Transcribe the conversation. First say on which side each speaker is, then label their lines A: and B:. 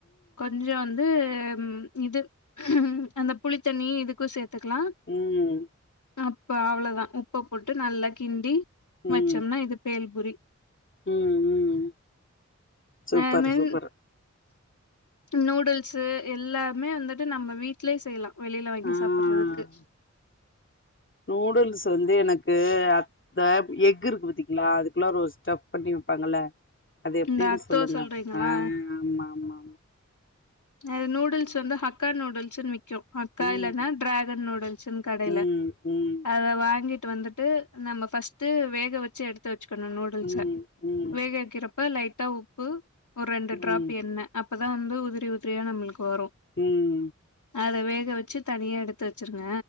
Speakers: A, on the left; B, on the left.
A: கொஞ்சோ ட்டு வந்து இது அந்த புளித்தண்ணி இதுக்கு சேத்துக்கலா
B: ம்
A: அப்ப அவ்ளோதா உப்ப போட்டு நல்லா கிண்டி
B: ம்
A: வச்சோம்னா இது பேல்புரி
B: ம் ம் சூப்பர்
A: நானுன்
B: சூப்பர்
A: நூடுல்ஸ்ஸு எல்லாமே வந்துட்டு நம்ம வீட்லயே செய்யலா வெளியில வாங்கி
B: ஆ
A: சாப் படுறதுக்கு
B: நூடுல்ஸ் வந்து எனக்கு அ ந்த எக் இருக்கு பத்தீங்களா அது குல்லார ஒரு ஸ்டஃப் பண்ணி வப்பாங்கல்ல அது எப்டின்னு
A: இந்த அத்தோ
B: சொல்லுங்க
A: சொல்றீங்களா
B: ஆ ஆமா ஆமா
A: அது நூடுல்ஸ் வந்து ஹக்கா நூடுல்ஸ்ன்னு விக் கு ஹக்கா
B: ம்
A: இல்ன்னா டிராகன் நூடுல்ஸ்ன்னு கடையில
B: ம் ம்
A: அத வாங்கிட்டு வந்து ட்டு நம்ம ஃப்ரிஸ்ட்டு வேக வெச்சு எடுத்து வெச்சுகனு நூடுல்ஸ்ஸ
B: ம் ம்
A: வேகவைக்கறப் ப்ப லைட்டா உப்பு ஒரு ரெண்டு
B: ம் ம்
A: டிராப் எண்ண அப்பதா வந்து உதிரி உதிரியா நம்மளுக்கு வரு
B: ம்
A: அத வேக வெச்சு தனியா எடுத்து வெச்சிருங்க